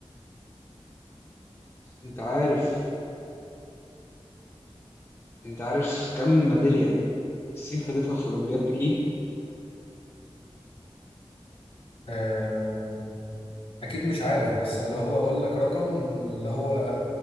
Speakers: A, on the left (about 25°); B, on the left (about 60°).
A: انت عارف انت عارف كم ميداليه الصين خدتها في اولمبياد بكين
B: آه، اكيد مش عارف بس اللي هو اقول لك رقم واللي هو